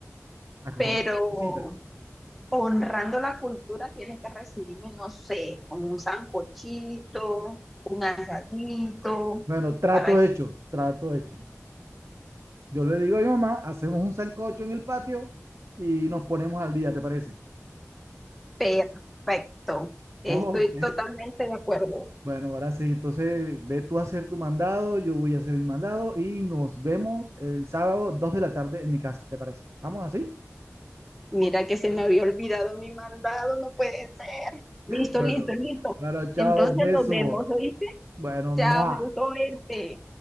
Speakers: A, on the right; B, in the centre.
A: acordamos.
B: pero
A: la cita.
B: honrando la cultura tienes que recibirme, no sé, con un sancochito, un asadito,
A: Bueno, trato
B: para
A: hecho, trato hecho. Yo le digo a mi mamá, hacemos un sancocho en el patio y nos ponemos al día, ¿te parece?
B: Perfecto, estoy
A: Ok.
B: totalmente de acuerdo.
A: Bueno, ahora sí, entonces ve tú a hacer tu mandado, yo voy a hacer mi mandado y nos vemos el sábado 2 de la tarde en mi casa, ¿te parece? ¿Vamos así?
B: Mira que se me había olvidado mi mandado, no puede ser. Listo,
A: Bueno,
B: listo, listo.
A: bueno, chao,
B: Entonces
A: beso.
B: nos vemos, ¿oíste?
A: Bueno, ¡mua!
B: Chao, me gustó verte.